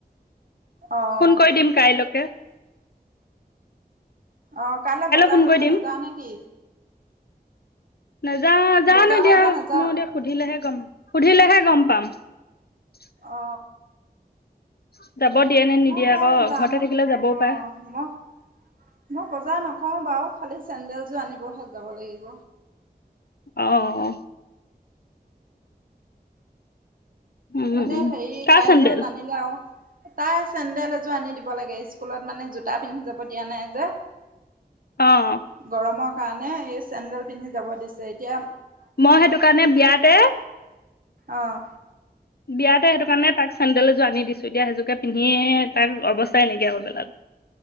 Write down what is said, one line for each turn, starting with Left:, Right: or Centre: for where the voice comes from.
Right: অঁ
Left: ফোন কৰি দিম কাইলৈকে।
Right: অ কাইলৈ বজাৰ
Left: ফোন
Right: কৰিব
Left: কৰি দিম
Right: নেযাও নেকি।
Left: নাযা যানো
Right: বজাৰ
Left: এতিয়া
Right: কৰিব নাযাওঁ
Left: মই এতিয়া সুধিলেহে গম সুধিলেহে গম পাম। <unintelligible>
Right: অ
Left: <inaudible> নে নিদিয়ে
Right: মই সে
Left: আকৌ
Right: যাম
Left: ঘৰতে থাকিলে যাবও
Right: অ
Left: পাৰে
Right: মই মই বজাৰ নকওঁ বাৰু খালি চেণ্ডেল যোৰ আনিবহ যাব লাগিব।
Left: আহ। উম
Right: এনে
Left: উম
Right: হেৰি
Left: কাৰ
Right: কাইলৈ
Left: চেন্দেল
Right: নানিলে আৰু। তাই চেন্দেল এযোৰ আনি দিব লাগে স্কুলত মানে জোতা পিন্ধি যাব দিয়া নাই যে।
Left: অঁ।
Right: গৰমৰ কাৰণে এই চেণ্ডেল পিন্ধি যাব দিছে এতিয়া
Left: মই সেইটো কাৰণে বিয়াতে
Right: আহ।
Left: বিয়াতে সেইটো কাৰণে তাক চেণ্ডেল এযোৰ আনি দিছো এতিয়া সেইযোৰোকে পিন্ধি তাক অৱস্থাই নেকি আকৌ বেলা